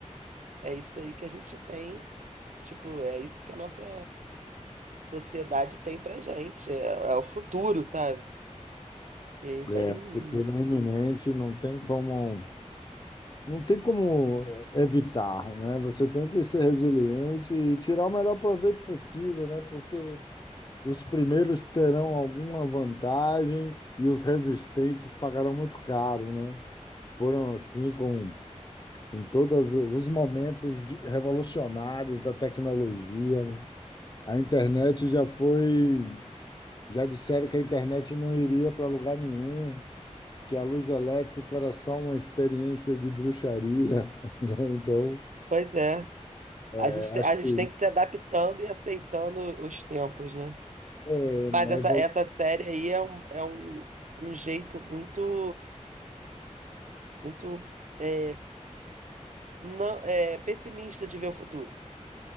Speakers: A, on the right; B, on the left.
A: é isso aí que a gente tem, tipo, é isso que a nossa sociedade tem pra gente, é, é o futuro, sabe? E aí, bem.
B: é, por tudo é iminente, não tem como. Não tem como evitar, né? Você tem que ser resiliente e tirar o melhor proveito possível, né? Porque os primeiros terão alguma vantagem e os resistentes pagarão muito caro, né? Foram assim com, com todos os momentos de- revolucionários da tecnologia, né? A internet já foi, já disseram que a internet não iria para lugar nenhum, que a luz elétrica era só uma experiência de bruxaria, <laughs> né? Então,
A: Pois é. A
B: É,
A: gente, te-
B: Acho
A: a gente
B: que
A: tem que se adaptando e aceitando os tempos, né?
B: é,
A: Mas
B: uma
A: essa,
B: evolu-
A: essa série aí é um, é um, um jeito muito, muito é, não, é, pessimista de ver o futuro.